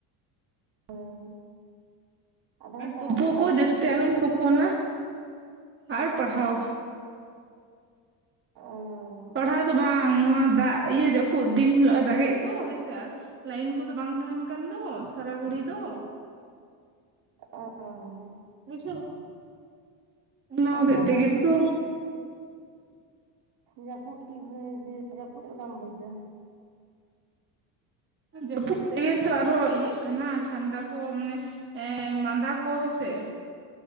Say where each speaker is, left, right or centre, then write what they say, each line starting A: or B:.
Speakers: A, on the right (about 50°); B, on the right (about 25°).
A: ᱦᱳᱭ ᱟᱫᱚᱢ
B: ᱟᱨ
A: ᱯᱟᱲᱦᱟᱜ
B: ᱛᱩᱯᱩ
A: ᱠᱟᱱᱟ
B: ᱠᱚ ᱡᱟᱹᱥᱛᱤ ᱟᱞᱚᱢ ᱛᱩᱯᱳᱱᱟ, ᱟᱨ ᱯᱟᱲᱦᱟᱣ
A: ᱚᱻ᱾
B: ᱯᱟᱲᱦᱟᱣ ᱫᱚ ᱵᱟᱝ ᱱᱚᱣᱟ ᱫᱟᱜ ᱤᱭᱟᱹ ᱡᱟᱹᱯᱩᱫ ᱫᱤᱱ ᱦᱤᱞᱳᱜᱼᱮ ᱫᱟᱜᱼᱮᱫ ᱫᱚ ᱦᱮᱸᱭ ᱥᱮ ᱟᱨ ᱞᱟᱭᱤᱱ ᱠᱚᱫᱚ ᱵᱟᱝ ᱛᱟᱦᱮᱱ ᱠᱟᱱ ᱫᱚ ᱥᱟᱨᱟ ᱜᱷᱟᱹᱲᱤ ᱫᱚ
A: ᱚᱸᱜ ᱚ
B: ᱵᱩᱡᱷᱟᱹᱣ, ᱚᱱᱟ ᱦᱚᱸᱛᱮᱛ
A: ᱟᱨ ᱛᱟᱦᱚᱞᱮ
B: ᱛᱮᱜᱮ ᱛᱚ᱾
A: ᱡᱟᱹᱯᱩᱫ <unintelligible> ᱡᱮ ᱡᱟᱹᱯᱩᱫ ᱪᱮᱫ ᱞᱮᱠᱟᱢ ᱵᱩᱡ ᱫᱟ?
B: ᱡᱟᱹᱯᱩᱫ ᱛᱮᱜᱮ ᱛᱚ ᱟᱨᱦᱚᱸ ᱤᱭᱟᱹᱜ ᱠᱟᱱᱟ ᱴᱷᱟᱱᱰᱟ ᱠᱚ ᱢᱟᱱᱮ ᱮ ᱢᱟᱸᱫᱟ ᱠᱚ ᱦᱚᱸᱭ ᱥᱮ᱾